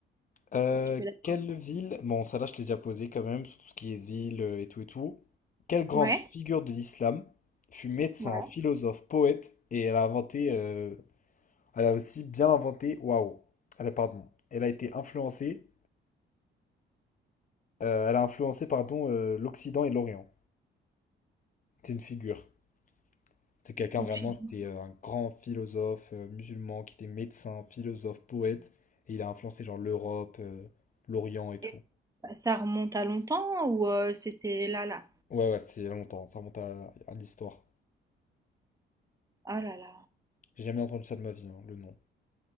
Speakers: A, on the left; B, on the right.
A: Euh,
B: je te laisse.
A: quelle ville, bon, ça là je l'ai déjà posé quand même, sur tout ce qui est ville euh, et tout et tout. Quelle grande
B: Ouais,
A: figure de l'islam fut médecin,
B: voilà.
A: philosophe, poète et elle a inventé, euh, elle a aussi bien inventé, waouh, elle a, pardon, elle a été influencée, euh, elle a influencé, pardon, euh, l'Occident et l'Orient. C'est une figure. C'était quelqu'un
B: une
A: vraiment,
B: fille.
A: c'était euh, un grand philosophe euh, musulman qui était médecin, philosophe, poète, et il a influencé genre l'Europe, euh, l'Orient et tout.
B: Et ça ça remonte à longtemps ou euh, c'était là, là?
A: Ouais, ouais, c'était il y a longtemps, ça remonte à, à l'histoire.
B: Ah là là.
A: J'ai jamais entendu ça de ma vie, hein, le nom.